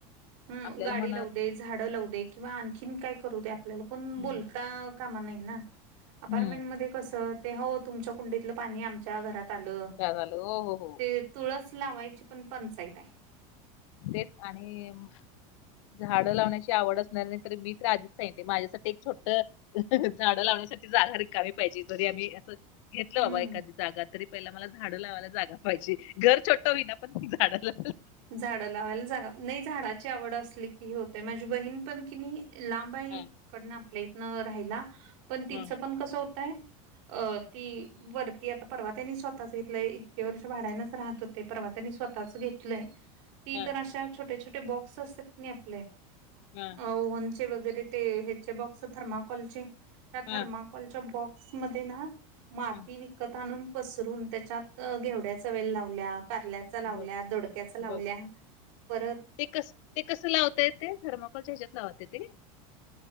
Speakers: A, on the right; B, on the left.
A: हम्
B: आपल्याला
A: गाडी
B: मनात
A: लावू दे, झाडं लावू दे, किंवा आणखीन काय करू द्या. पल्याला कोण
B: हम्म.
A: बोलता कामा नाई ना. अपार्टमेंट
B: हम्म.
A: मध्ये कसं ते हो तुमच्या कुंडीतलं पाणी आमच्या घरात आलं.
B: झालं हो हो हो
A: ते तुळस लावाय पण पंचाईत आय.
B: तेच आणि म झाड लावण्याची आवड असणार नाही तर मी आधीच सांगितलय माझ्यासाठी एक छोट झाडं लावण्यासाठी जागा रिकामी पाहिजे, जरी आम्ही असं घेतलं
A: हम्म
B: बाबा एखादी जागा तरी पहिला मला झाडं लावायला जागा पाहिजे, घर छोटं होईना पण झाड ला
A: झाड लावायला जाग नाही झाडाची आवड असली की, हे होते माझी बहीण पण कि नाही लांब हाय
B: हा
A: ईकडनं आपल्या इथनं राहायला, पण तिचं
B: हा हा
A: पण कसं होतय? अ ती वरती आता परवा त्यांनी स्वतःच घेतलंय इतके वर्ष भाड्यानचं राहत हो ते परवा त्यांनी स्वतःच घेतलंय, ती
B: हा
A: तर अशा छोटे छोटे बॉक्स असतात, की नाही आपले.
B: हा
A: अ ओव्हनचे वगैरे ते ह्याचे बॉक्स थर्माकॉलचे. त्या
B: हा,
A: थर्माकलच्या बॉक्स मध्ये ना माती
B: हा.
A: विकत आणून पसरून त्याच्यात घेवड्याचा वेल लावल्या, कारल्याचा लावल्या
B: बघ
A: दोडक्याचा लावल्या.
B: बघ
A: परत
B: ते कस ते कसं लावता येतय थर्माकॉलच्या ह्याच्यात लावते ती?